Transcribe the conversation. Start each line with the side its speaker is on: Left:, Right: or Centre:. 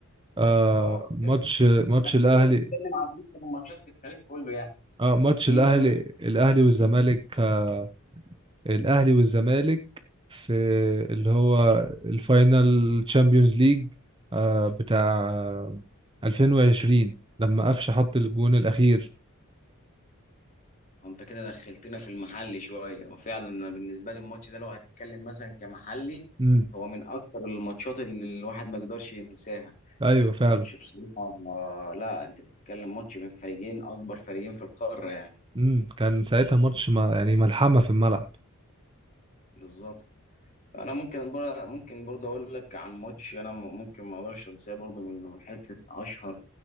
Right: آه
Left: اه في التاريخ
Right: ماتش ماتش
Left: ما
Right: الاهلي
Left: كده كده بنتكلم عن معظم الماتشات في التاريخ كله يعني
Right: اه ماتش
Left: ايه
Right: الاهلي
Left: تاني
Right: الاهلي والزمالك آه، الاهلي والزمالك في اللي هو الفاينال تشامبيونز ليج آه بتاع 2020 لما قفشه حط الجون الاخير
Left: انت كده دخلتنا في المحلي شويه وفعلا انا بالنسبه لي الماتش ده لو هتتكلم مثلا كمحلي
Right: امم
Left: هو من اكتر الماتشات اللي الواحد ما يقدرش ينساها
Right: ايوه فعلا
Left: ماتش بصراحه آه، لا انت بتتكلم ماتش بين فريقين اكبر فريقين في القاره يعني
Right: امم كان ساعتها ماتش ما يعني ملحمة في الملعب
Left: بالظبط انا ممكن بر- ممكن برضه اقول لك عن ماتش انا م- ممكن ما اقدرش انساه برضه من من حته اشهر